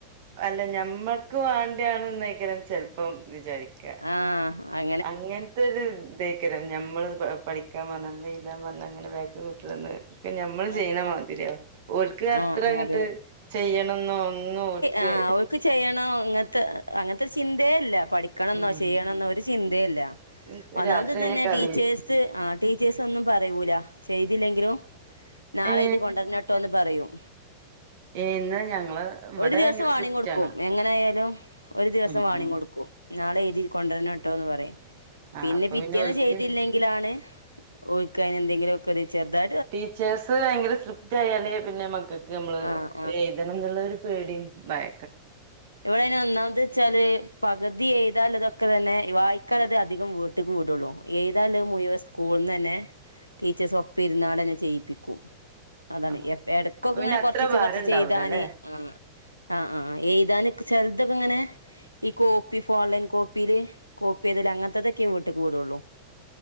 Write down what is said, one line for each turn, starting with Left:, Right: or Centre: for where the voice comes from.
Right: അല്ല ഞമ്മക്ക് വേണ്ടിയാണന്നായിക്കരം ചെലപ്പം വിജാരിക്ക്യ
Left: ആഹ് അഹ്
Right: അങ്ങൻത്തെരു തെ ക്കാരം നമ്മള് പ പഠിക്കാൻ പറഞ്ഞ നമ്മൾ എഴുതാൻ പറഞ്ഞ അങ്ങനെ ബേക്ക് കുത്ത്ട്നത് ഇപ്പ ഞമ്മള് ചെയ്യണ
Left: ആഹ്
Right: മാതിരിയ ഓൽക്ക് അത്ര
Left: ആഹ്
Right: അങ്ങട്ട്
Left: അതെ
Right: ചെയ്യണംന്നോ ഒന്ന് ഓൽക്ക്
Left: ആഹ് ഓൽക്ക് ചെയ്യണോ അങ്ങനത്തെ അങ്ങൻത്തെ ചിന്തേ ഇല്ല പഠിച്ച് ക്കണന്നോ
Right: ഉം
Left: ചെയ്യണന്നോ ഒരു ചിന്തയില്ല
Right: ഇൻക്ക്
Left: ഒന്നാമത്
Right: രാത്രി
Left: ഇതന്നെ
Right: കഴിഞ്ഞ കളി
Left: ടീച്ചേഴ്സ് ആ ടീച്ചേഴസ് ഒന്നും പറയൂല ചെയ്തില്ലെങ്കിലും നാളെ
Right: ഏ
Left: എഴുതി കൊണ്ടര്നട്ടോന്ന് പറയും
Right: എന്ന ഞങ്ങള് ഇവിടെ
Left: ഒരു ദിവസം
Right: ഭയങ്കര
Left: വാണിങ്ങ്
Right: സ്ട്രിക്റ്റ്
Left: കൊട്ക്കും
Right: ആണ്
Left: എങ്ങനെ ആയാലും ഒരു ദിവസം
Right: ഉം
Left: വാണിങ്ങ്
Right: ഉം
Left: കൊട്ക്കും നാളെ എഴുതി കൊണ്ടര്നട്ടോന്ന് പറയും
Right: ആ
Left: പിന്നെ
Right: അപ്പൊ
Left: പിറ്റേന്ന്
Right: ഓൽക്ക്
Left: ചെയ്തില്ല ങ്കിലാണ് ഒൽക്ക് അതിന് എന്തേങ്കിലൊക്കൊര് ചെർതാ
Right: ടീച്ചേഴ്സ് ഭയങ്കര സ്ക്രിപ്റ്റായാല് പിന്നെ മക്കൾക്ക് നമ്മള്
Left: ആഹ്
Right: വേ എഴുതണം എന്നുള്ളൊരു പേടിയും ഭയ
Left: ഇവടെ ഐന് ഒന്നാമത് ചെ ച്ചാല് പകുതി എഴുതാനുള്ളതൊക്കെ തന്നെ വായിക്കാൽ അത് അധികം വീട്ട്ക്ക് വിടൊള്ളു എഴ്താനുള്ളത് മുയുവൻ സ് സ്കൂൾന്ന് തന്നെ ടീച്ചേഴ്സ് ഒപ്പ ഇര്ന്നാണ്ടന്നെ ചെയ്യിപ്പിക്കും അതാണ്
Right: ആ
Left: എപ്പ എടക്കൊക്കെ
Right: അപ്പൊ പിന്നെ
Left: ഇങ്ങനെ
Right: അത്ര
Left: കൊറച്ചിച്ചെ
Right: ഭാരം
Left: കൊറച്ച്
Right: ഉണ്ടാവൂല
Left: ചെയ്താന്
Right: അല്ലെ
Left: ആ ആ ആ എയ്താന്ക്കെ ചെൽതൊക്കെ എങ്ങനെ ഈ കോപ്പി ഫോർലൈൻ കോപ്പിയില് കോപ്പി അതില് അങ്ങനത്തെതൊക്കെ വീട്ട്ക്ക്‌ വിടുള്ളൂ